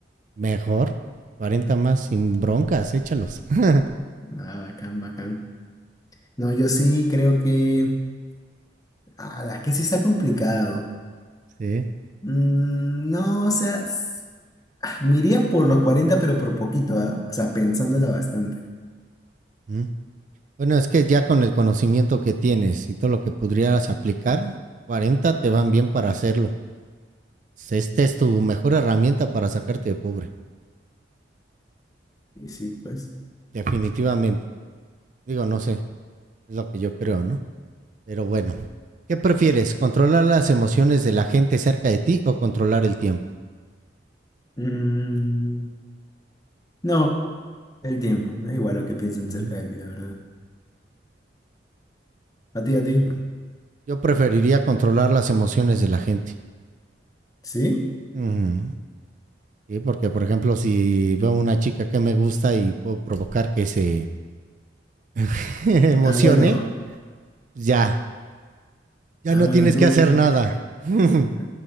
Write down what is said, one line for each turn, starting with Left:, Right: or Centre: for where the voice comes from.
Right: mejor. cuarenta más sin broncas, échalos. <laughs>
Left: ah, bacán, bacán. No, yo sí creo que. Ah, es que sí está complicado.
Right: Sí.
Left: Mm, no, o sea, s- ah, me iría por los 40, pero por poquito, ¿ah? O sea, pensándola bastante.
Right: mm. Bueno, es que ya con el conocimiento que tienes y todo lo que podrías aplicar, 40 te van bien para hacerlo. Esta es tu mejor herramienta para sacarte de pobre,
Left: Y sí, pues.
Right: definitivamente. Digo, no sé, es lo que yo creo, ¿no? Pero bueno, ¿qué prefieres? ¿Controlar las emociones de la gente cerca de ti o controlar el tiempo?
Left: Mm, no, el tiempo. Me da igual lo que piensen
Right: Ujú,
Left: acerca de mí, la verdad. ¿A ti, a ti?
Right: sí. Yo preferiría controlar las emociones de la gente.
Left: ¿Sí?
Right: Ujú, Sí, porque por ejemplo, si veo una chica que me gusta y puedo provocar que se <laughs> emocione,
Left: Ah, bueno.
Right: ya, ya
Left: Ah,
Right: no
Left: bueno,
Right: tienes
Left: tú.
Right: que hacer nada. <laughs>
Left: eh,